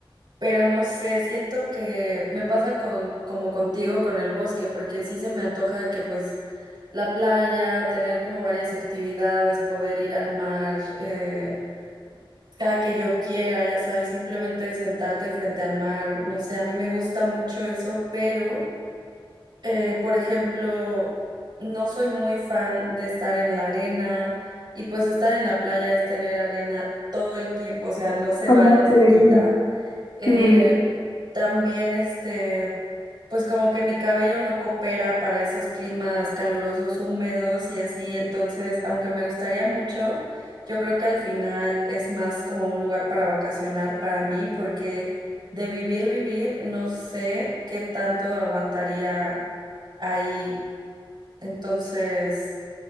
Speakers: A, on the right; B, on the left.
A: Pero no sé, siento que me pasa con, como contigo con el bosque, porque sí se me antoja que pues la playa, tener como varias actividades, poder ir al mar eh, cada que yo quiera, ya sabes, simplemente sentarte frente al mar, no sé, a mí me gusta mucho eso, pero eh, por ejemplo, no soy muy fan de estar en la arena y pues estar en la playa es tener arena todo el tiempo, o sea, no se
B: ¿Cómo
A: va, no se
B: creí?
A: quita. Eh,
B: Sí,
A: también este, pues como que mi cabello no coopera para esos climas calurosos, húmedos y así, entonces, aunque me gustaría mucho, yo creo que al final es más como un lugar para vacacionar para mí, porque de vivir, vivir, no sé qué tanto aguantaría ahí, entonces,